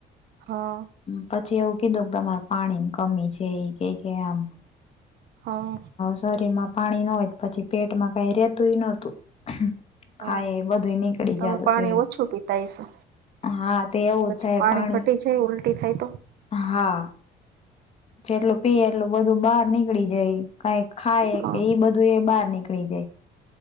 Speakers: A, on the right; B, on the left.
A: હા.
B: પછી એવું કીધું કે તમારે પાણી કમી છે એ કે કે આમ
A: હા.
B: શરીર માં પાણી ન હોય પછી પેટમાં કઈ રેતુંય નતું. ખાય
A: હા
B: એ બધું નીકળી
A: તમે
B: જાત હતું
A: પાણી
B: એ.
A: ઓછું પીતા હશો
B: હા તે એવું
A: પછી
B: જ થાય પાણી
A: ઘટી ઉલટી થાય તો.
B: હા જેટલું પીએ એટલું બધું બહાર નીકળી જાય. કઈ ખાય
A: હા
B: કે ઈ બધું એ બહાર નીકળી જાય. ‌